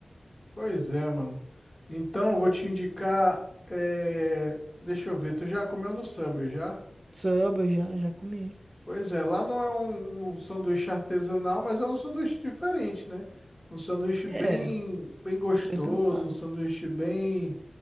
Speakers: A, on the left (about 20°); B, on the right (about 45°).
A: Pois é, mano. Então eu vou te indicar. é, Deixa eu ver, tu já comeu no Subway já?
B: Samba, já, já comi.
A: Pois é, lá não é um, um sanduíche artesanal, mas é um sanduíche diferente, né? Um sanduíche
B: É,
A: bem, bem gostoso,
B: bem pensado.
A: um sanduíche bem.